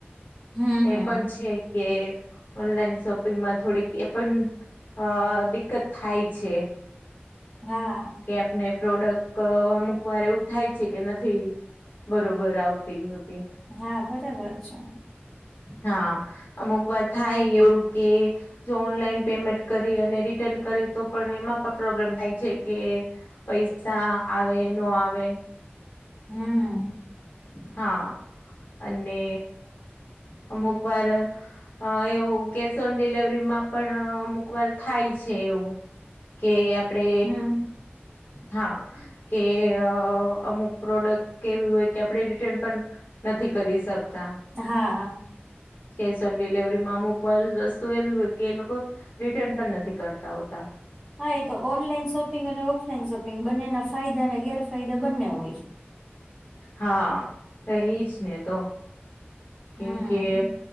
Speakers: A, in the centre; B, on the left.
A: હમ હમ
B: એ પણ છે. કે ઓનલાઈન શોપિંગમાં થોડીક એ પણ હ દિક્કત થાય છે.
A: હા.
B: કે આપને પ્રોડક્ટ અમુક વાર એવું થાય છે કે નથી. બરોબર આવતી હોતી.
A: હા બરાબર છે.
B: હા અમુક વાત થાય એવું કે જો ઓનલાઈન પેમેન્ટ કરી અને રિટર્ન કરી તો પણ એમાં પણ પ્રોબ્લેમ થાય છે કે પૈસા આવે ન આવે.
A: હમ.
B: હા, અને અમુક વાર અ એવું કેશ ઓન ડિલવરી માં પણ અમુક વાર થાય છે એવું. કે આપડે
A: હમ
B: હા કે અમુક પ્રોડક્ટ કેવી હોય. કે આપણે રિટન પણ નથી કરી શકતા.
A: હા.
B: કેશ ઓન ડિલવરીમાં અમુક વાર વસ્તુ એવી હોય કે એ લોકો રિટર્ન પણ નથી કરતા હોતા.
A: આ તો ઓન લઈન શોપ શોપિંગ અને ઓફલાઈન શોપિંગ બંનેના ફાયદા અને ગેરફાયદા બંને હોય છે.
B: હા એજ ને તો
A: હમ
B: કેમ કે